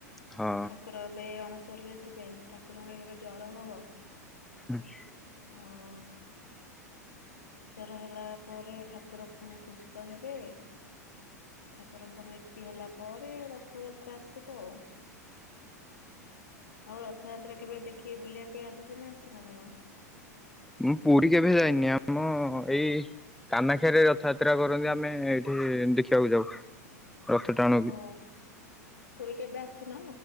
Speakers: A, in the centre; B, on the left.
A: ହଁ।
B: ଠାକୁର ଏବେ ଅଣସରୀରେ ଥିବେ ଠାକୁର ଏଇ ହେବେ ଜର ହବ।
A: ଆଜ୍ଞା।
B: ହଉ। ଜର ହେଲା ପରେ ଠାକୁର ପୁଣି ସୁସ୍ଥ ହେବେ। ଠାକୁରଙ୍କର ନୀତି ହେଲା ପରେ ରଥଯାତ୍ରା ଆସିବ ଆଉ ଆଉ ରଥଯାତ୍ରା କେବେ ଦେଖିକି ବୁଲିବା ପାଇଁ ଆସିଛ ନା ଆସିନ ଜମା?
A: ମୁଁ ପୁରୀ କେବେ ଯାଇନି ଆମ ଏଇ କାମାକ୍ଷରେ ରଥଯାତ୍ରା କରନ୍ତି ଆମେ ଏଇଠି ଦେଖିବାକୁ ଯାଉ। ରଥ ଟାଣୁକି।
B: ଓହୋ ପୁରୀ କେବେ ଆସିନ?